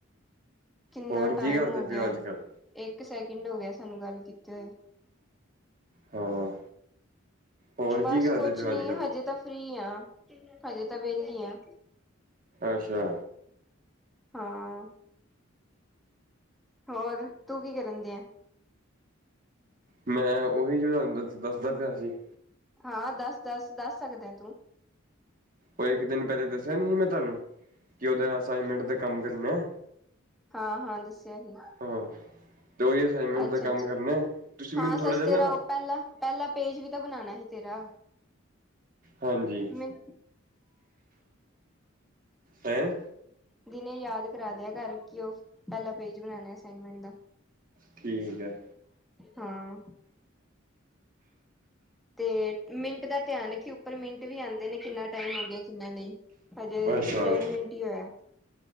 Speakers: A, in the centre; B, on the right.
A: ਕਿੰਨਾ
B: ਹੋਰ
A: ਟਾਈਮ
B: ਕੀ ਕਰਦੇ
A: ਹੋ
B: ਪਏ
A: ਗਿਆ
B: ਅੱਜ ਕੱਲ੍ਹ
A: ਇੱਕ ਸੈਕਿੰਡ ਹੋ ਗਿਆ ਸਾਨੂੰ ਗੱਲ ਕੀਤੇ ਹੋਏ।
B: ਹਾਂ। ਹੋਰ
A: ਬਸ
B: ਕੀ ਕਰਦੇ
A: ਕੁਛ
B: ਪਏ ਹੋ
A: ਨੀ
B: ਅੱਜ ਕੱਲ੍ਹ
A: ਹਜੇ ਤਾਂ ਫ੍ਰਰੀ ਆ ਹਜੇ ਤਾਂ ਵਿੇਹਲੀ ਆ।
B: ਅੱਛਾ।
A: ਹਾਂ। ਹੋਰ ਤੂੰ ਕੀ ਕਰਨ ਦੇ ਆ।
B: ਮੈਂ ਉਹੀ ਜ ਤੁਹਾਨੂੰ ਦ ਦੱਸਦਾ ਪਿਆ ਸੀ।
A: ਹਾਂ ਦੱਸ ਦੱਸ ਦੱਸ ਸਕਦੇ ਤੂੰ
B: ਉਹ ਇੱਕ ਦਿਨ ਪਹਿਲੇ ਦੱਸਿਆ ਨ ਸੀ ਮੈਂ ਤੁਹਾਨੂੰ ਕਿ ਉਹਦੇ ਅਸਾਈਨਮੈਂਟ ਦਾ ਕੰਮ ਕਰਨਾ।
A: ਹਾਂ ਹਾਂ ਦੱਸਿਆ ਹੀ
B: ਹਾਂ ਤੇ ਉਹੀ ਅਸਾਈਨਮੈਂਟ
A: ਅੱਛਾ
B: ਦਾ ਕੰਮ
A: ਅੱਛਾ
B: ਕਰਨਾ ਹੈ ਤੁਸੀਂ
A: ਹਾਂ
B: ਮੈਨੂੰ ਥੋੜ੍ਹਾ
A: ਸੱਚ
B: ਜਿਹਾ
A: ਤੇਰਾ
B: ਨਾ
A: ਉਹ ਪਹਿਲਾਂ ਪਹਿਲਾ ਪੇਜ ਵੀ ਤਾਂ ਬਣਾਉਣਾ ਸੀ ਤੇਰਾ।
B: ਹਾਂਜੀ
A: ਮ
B: ਹੈਂ।
A: ਦਿਨੇ ਯਾਦ ਕਰਾ ਲਿਆ ਕਰਰ ਕੀ ਉਹ ਪਹਿਲਾ ਪੇਜ ਬਣਾਣਾ ਅਸਾਈਨਮੈਂਟ ਦਾ
B: ਠੀਕ ਹੈ
A: ਹਾਂ ਤੇ ਮਿੰਟ ਦਾ ਧਿਆਨ ਹੈ ਕਿ ਉੱਪਰ ਮਿੰਟ ਵੀ ਆਉਂਦੇ ਨੇ ਕਿੰਨਾ ਟਾਈਮ ਆਉ ਗਿਆ ਕਿੰਨਾ ਨਹੀਂ ਹਜੇ
B: ਅੱਛਾ
A: ਡੇਢ ਮਿੰਟ ਹੀ ਹੋਇਆ